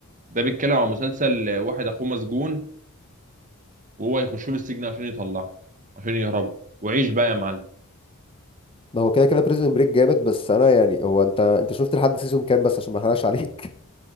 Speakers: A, on the right; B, on the left.
A: ده بيتكلم عن مسلسل آه، واحد اخوه مسجون وهو يخش له السجن عشان يطلعه عشان يهربه وعيش بقى يا معلم
B: ما هو كده كده بريزن بريك جامد بس انا يعني هو انت انت شفت لحد سيزون كام بس عشان ما احرقش عليك